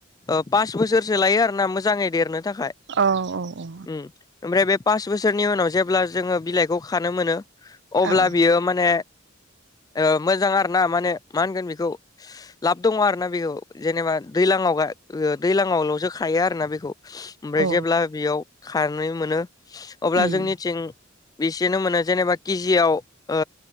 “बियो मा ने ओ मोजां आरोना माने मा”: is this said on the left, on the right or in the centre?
Left